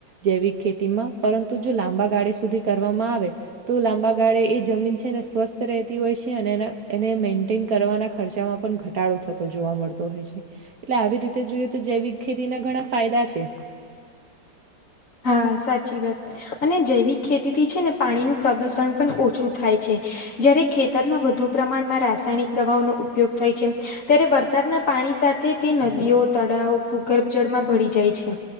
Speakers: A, on the right (about 55°); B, on the left (about 45°).
A: જૈવિક ખેતીમાં પરંતુ જો લાંબા ગાળે સુધી કરવામાં આવે તો લાંબા ગાળે એ જમીન છે ને સ્વસ્થ રહેતી હોય છે અને એ એને મેન્ટેન કરવાના ખર્ચ તેમાં પણ ઘટાડો થતો જોવા મળતો હોય છે. એટલે આવી રીતે જોઈએ તો જૈવિક ખેતીના ઘણા ફાયદા છે.
B: હા સાચી વાત અને જૈવિક ખેતીથી છે ને પાણીનું પ્રદુષણ પણ ઓછું થાય છે. જ્યારે ખેતરમાં વધુ પ્રમાણમાં રાસાયણિક દવાઓનો ઉપયોગ થાય છે. ત્યારે વરસાદના પાણી સાથે તે નદીઓ તળાવ ભૂગર્ભ જળમાં ભળી જાય છે.